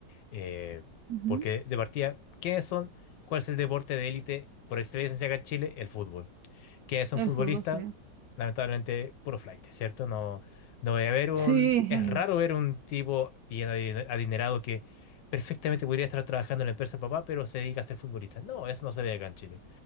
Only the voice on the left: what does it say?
eh,
porque de partida, ¿quiénes son? ¿Cuál es el deporte de élite por excelencia acá en Chile? El fútbol. ¿Quiénes son
futbolistas?
Lamentablemente, puro flight, ¿cierto? No, no voy a ver un...
Es
raro ver un tipo bien adi- adinerado que perfectamente podría estar trabajando en la empresa de papá, pero se dedica a ser futbolista. No, eso no se ve acá en Chile.